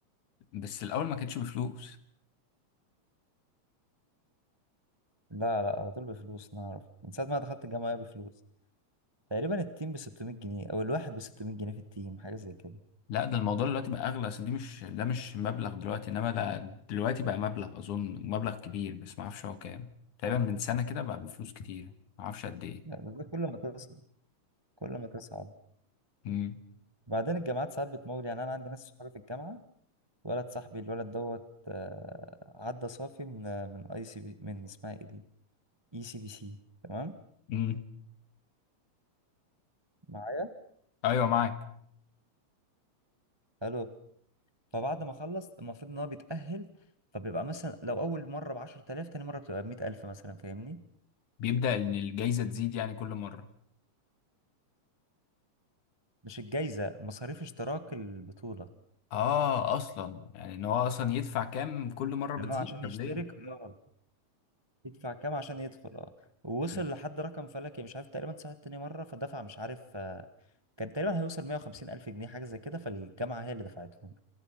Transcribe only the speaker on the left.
بس الاول ما كانتش بفلوس
لا ده الموضوع دلوقتي بقى اغلى اصل دي مش ده مش مبلغ دلوقتي انما ده دلوقتي بقى مبلغ اظن مبلغ كبير بس ما اعرفش هو كام تقريبا من سنه كده بقى بفلوس كتير ما اعرفش قد ايه
امم
امم
ايوه معاك
بيبدأ ان الجايزة تزيد يعني كل مرة
اه اصلا يعني ان هو اصلا يدفع كام كل مرة بتزيد
طب
ليه
مم.